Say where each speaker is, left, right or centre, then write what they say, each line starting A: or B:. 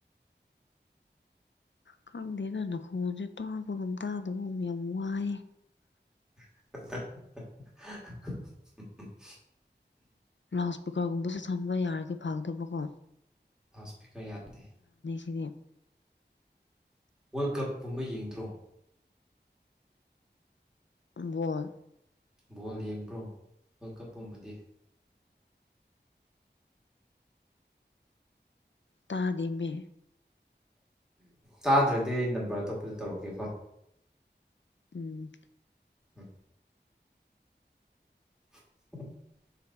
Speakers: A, on the left (about 85°); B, in the centre.
A: ꯈꯪꯗ ꯅꯅ ꯈꯣꯡꯁꯦ ꯇꯥꯕꯒꯗꯥꯗꯕꯃꯤ ꯌꯥꯝꯃ ꯋꯥꯑ
B: <unintelligible>
A: ꯂꯥꯎꯠ ꯏꯁꯄꯤꯀꯔꯒꯨꯝꯕꯁꯨ ꯁꯝꯕ ꯌꯥꯔꯗꯤ ꯐꯗꯕꯀꯣ
B: ꯑꯁꯄꯤꯤꯀꯥ ꯌꯥꯗꯦ
A: ꯁꯤꯗꯤ
B: ꯋꯥꯔꯜ ꯀꯞ ꯄꯨꯝꯕ ꯌꯦꯡꯗ꯭ꯔꯣ
A: <unintelligible>
B: ꯕꯣꯜ ꯌꯦꯡꯕ꯭ꯔꯣ ꯋꯥꯔꯜ ꯀꯞ ꯄꯨꯝꯕꯗꯤ
A: ꯇꯥꯗꯤꯃꯦ
B: ꯇꯥꯗ꯭ꯔꯗꯤ ꯑꯩ ꯅꯝꯕꯔ ꯑꯇꯣꯞꯄꯗ ꯇꯧꯔꯛꯀꯦꯀꯣ
A: ꯎꯝ
B: ꯎꯝ <unintelligible>